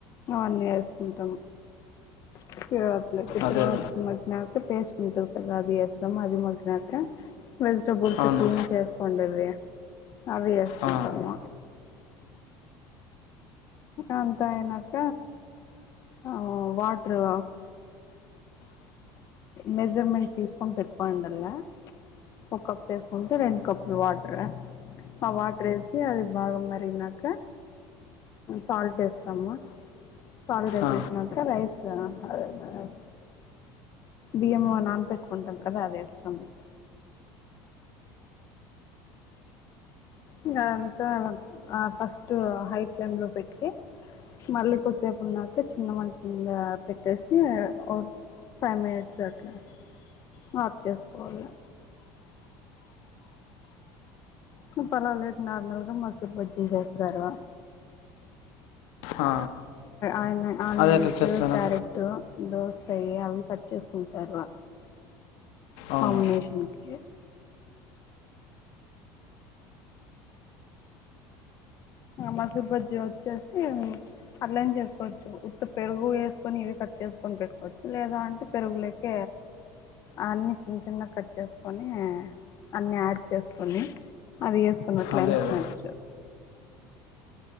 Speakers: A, on the left (about 35°); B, on the left (about 75°).
A: అన్నీ వేస్ కుంటాం తరువాతిలకి
B: అదే
A: తిరువాతి
B: అదే
A: మగ్గినాక టేస్ట్ దీంతో క రబీ వేస్ అది మధి మొల్సినట్టే వెజిటేబుల్స్
B: అవును
A: క్లీన్ చేసుకోండేది అవి వేసుకుంటాము
B: ఆ,
A: అంతా అయినాక ఆ వాటరు మెజర్మెంట్ తీసుకొని పెట్టుకోండల్లా ఒక కప్ వేసుకుంటే రెండు కప్పులు వాటర్ ఆ వాటర్ వేసి అది బాగ మరి అయినాక కాల్ చేస్తాము కాాల్ రెజర్వేషన్
B: ఆ,
A: సార్ రైస్ దా అదే అనేవ్ బియ్యం నాన పెెట్టుకుంటాం కదా అదేస్తాము. ఇంగా అదంతా ఆ ఫస్ట్ హై ఫ్లేమ్లో పెట్టి మళ్ళీ కొసేపు ఉన్నాక చిన్న మంటంద పెట్టేసి ఓ ఫైవ్ మినిట్స్ అట్లా ఆఫ్ చేసుకోవాల. మ్మ్ పలావు లోకి నార్మల్గా మసూరు బజ్జీ చేస్తారు
B: ఆ.
A: ఆమె అమెంటే
B: అదే అట్లా చేస్తానా
A: కరెక్ట్ దోస సరే అవి కట్ చేసుకుంటారు
B: అవును
A: కాంబినేషన్ కి మసి బజ్జి వచ్చేసి అల్లని చేసుకోవచ్చు ఉత్త పెరుగు వేసుకొని ఇవి కట్ చేసుకొని పెట్టుకోవచ్చు లేదా అంటే పెరుగులక అన్ని చిన్న చిన్న కట్ చేసుకొని అన్ని యాడ్ చేసుకొని అవి వేసుక నువ్వు అట్లా
B: అదే
A: అనకు
B: అదే
A: నచ్చవు